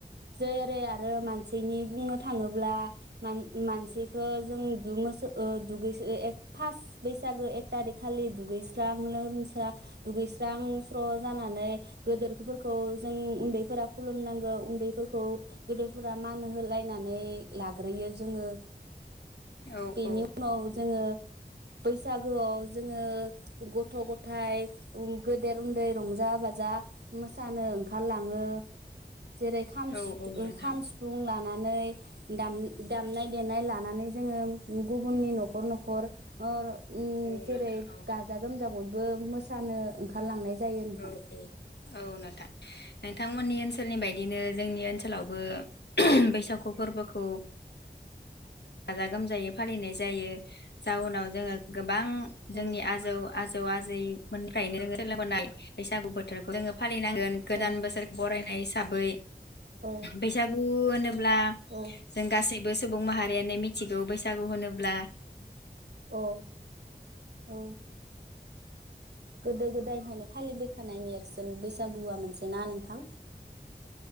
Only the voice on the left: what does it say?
औ
औ
औ
औ
नोंथां
औ
नोंथां औ
औ
औ औ नोंथां नोंथांमोननि ओनसोलनि बायदिनो जोंनि ओनसोलावबो <unintelligible> बैसागु फोरबोखौ गाजा गोमजायै फालिनाय जायो जाउनाव जोङो गोब बां जोंनि
आजौ आजौ आजैमोननिफ्रायनो सोलोंबोनाय बैसागु बोथोरखौ जोङो फालि फालिनांगोन गोदान
बोसोर बरायनाय थाबै
बैसागु ब्ला
जों गासै बे सुबुं माहारि <unintelligible> आनो मिथिगौ बैसागु होनोब्ला